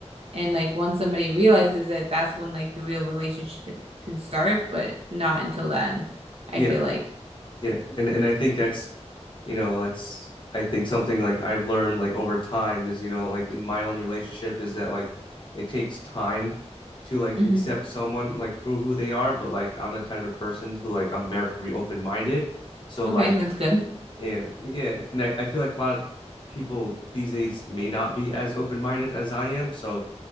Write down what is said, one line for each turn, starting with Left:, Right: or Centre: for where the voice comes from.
Right: And like once somebody realizes it, that's when like the real relationship can start, but not until then, I
Left: Yeah.
Right: feel like.
Left: Yeah. And and I think that's, you know, that's I think something like I've learned like over time is, you know, like in my own relationship is that like it takes time to like
Right: hmm
Left: accept someone like for who they are, but like I'm the type of person who like I'm very open-minded. So
Right: Okay,
Left: like
Right: that's good.
Left: And yeah, and I, I feel like a lot of people these days may not be as open-minded as I am. So